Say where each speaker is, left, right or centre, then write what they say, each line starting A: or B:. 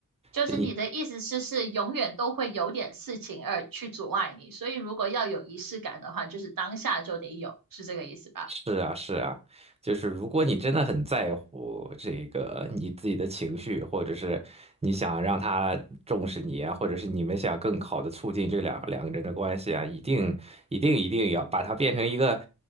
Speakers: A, on the right (about 65°); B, on the right (about 15°).
A: 就是你的意思是是永远都会有点事情而去阻碍你，
B: 就你。
A: 所以如果要有仪式感的话，就是当下就得有，是这个意思吧？
B: 是啊，是啊，就是如果你真的很在乎这个你自己的情绪，或者是你想让他重视你啊，或者是你们想更好的促进这两两个人的关系啊，一定一定一定要把它变成一个